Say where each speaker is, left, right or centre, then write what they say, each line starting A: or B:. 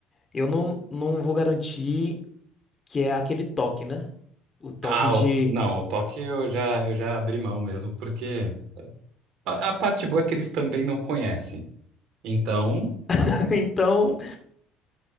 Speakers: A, on the left; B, on the right.
A: Eu não, não vou garantir que é aquele toque, né? O toque
B: Ah,
A: de.
B: o- não, o toque eu já, eu já abri mão mesmo, porque a, a parte boa é que eles também não conhecem. Então,
A: <laughs> Então,